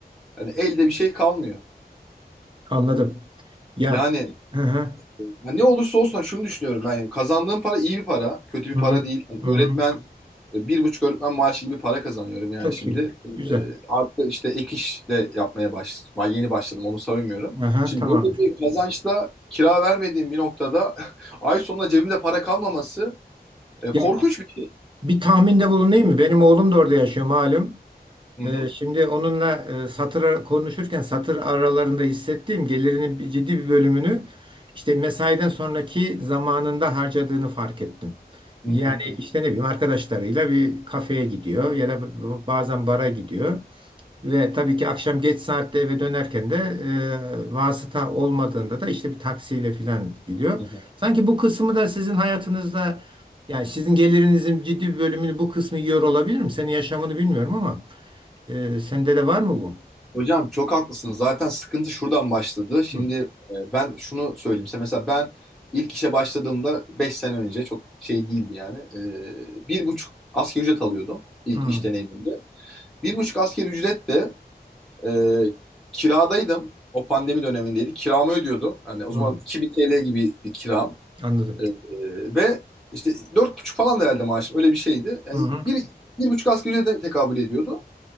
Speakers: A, in the centre; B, on the right.
A: Hani elde bir şey kalmıyor.
B: Anladım. Ya
A: Yani,
B: hı hı,
A: ya ne olursa olsun hani şunu düşünüyorum ben. Yani kazandığım para iyi bir para. Kötü bir
B: hı,
A: para değil. Yani
B: hı,
A: öğretmen e, bir buçuk öğretmen maaşı gibi para kazanıyorum yani
B: çok
A: şimdi.
B: iyi. Güzel.
A: E, artı işte ek iş de yapmaya başladım. Ben yeni başladım onu savunmuyorum.
B: Hı
A: Şimdi
B: tamamdır.
A: böyle bir kazançta kira vermediğim bir noktada <laughs> ay sonunda cebimde para kalmaması e,
B: Ya
A: korkunç bir şey.
B: bir tahminde bulunayım mı? Benim oğlum da orada yaşıyor malum.
A: Hı hı.
B: Ee, şimdi onunla e, satır ara- konuşurken satır aralarında hissettiğim gelirinin bir- ciddi bir bölümünü işte mesaiden sonraki zamanında harcadığını fark ettim.
A: Hı
B: Yani
A: hı
B: işte ne bileyim arkadaşlarıyla bir kafeye gidiyor ya da b- bazen bara gidiyor. Ve tabii ki akşam geç saatte eve dönerken de e, vasıta olmadığında da işte bir taksiyle falan gidiyor.
A: hı.
B: Sanki bu kısmı da sizin hayatınızda yani sizin gelirinizin ciddi bir bölümünü bu kısmı yiyor olabilir mi? Senin yaşamını bilmiyorum ama e, sende de var mı bu?
A: Hocam çok haklısınız. Zaten sıkıntı şuradan başladı. Şimdi
B: Hı.
A: e, ben şunu söyleyeyim size. Mesela ben ilk işe başladığımda 5 sene önce çok şey değildi yani. E, bir buçuk asgari ücret alıyordum ilk
B: Hı.
A: iş deneyimimde. Bir buçuk asgari ücretle e, kiradaydım. O pandemi dönemindeydi. Kiramı ödüyordum. Hani o
B: Hı.
A: zaman 2000 TL gibi bir kiram.
B: Anladım.
A: E, e, ve işte dört buçuk falan da herhalde maaşım. Öyle bir şeydi. Yani
B: Hı hı.
A: bir, bir buçuk asgari ücrete tekabül ediyordu.